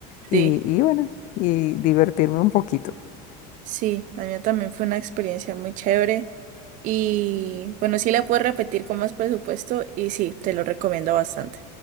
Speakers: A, on the left; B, on the right.
A: y,
B: Sí.
A: y bueno, y divertirme un poquito.
B: Sí, la mía también fue una experiencia muy chévere. Y bueno, sí la puedo repetir con más presupuesto y sí, te lo recomiendo bastante.